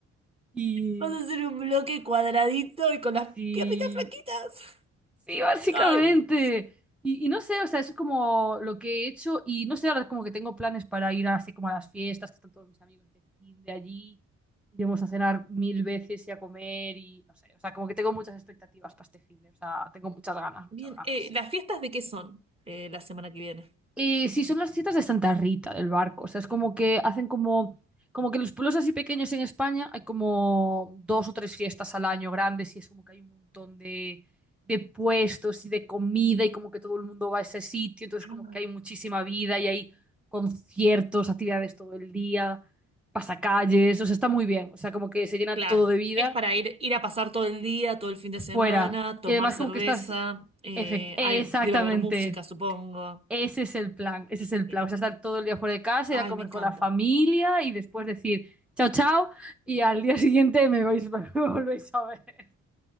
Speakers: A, in the centre; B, on the right.
A: Y
B: Vas a hacer un bloque cuadradito y con las
A: sí
B: piernitas flaquitas.
A: Sí, básicamente.
B: Ay.
A: Y, y no sé, o sea, es como lo que he hecho y no sé, ahora como que tengo planes para ir así como a las fiestas, que están todos mis amigos de fin de allí, iremos a cenar mil veces y a comer y no sé, o sea, como que tengo muchas expectativas para este fin de, o sea, tengo muchas ganas, muchas
B: Bien,
A: ganas.
B: eh, ¿las fiestas de qué son eh, la semana que viene?
A: Eh, sí, son las fiestas de Santa Rita del barco. O sea, es como que hacen como, como que los pueblos así pequeños en España hay como dos o tres fiestas al año grandes y es como que hay un montón de, de puestos y de comida y como que todo el mundo va a ese sitio. Entonces,
B: Ah.
A: como que hay muchísima vida y hay conciertos, actividades todo el día, pasacalles. O sea, está muy bien. O sea, como que se llena
B: Claro,
A: todo de vida
B: es para ir, ir a pasar todo el día, todo el fin de semana,
A: fuera.
B: tomar
A: Y además,
B: cerveza.
A: como que estás.
B: eh,
A: efect- Exactamente.
B: ay, debe haber música, supongo.
A: Ese es el plan, ese es el
B: Bien.
A: plan. O sea, estar todo el día fuera de casa,
B: Ay,
A: ir a comer
B: me encanta.
A: con la familia y después decir chao, chao y al día <laughs> siguiente me vais, <laughs> me volvéis a ver,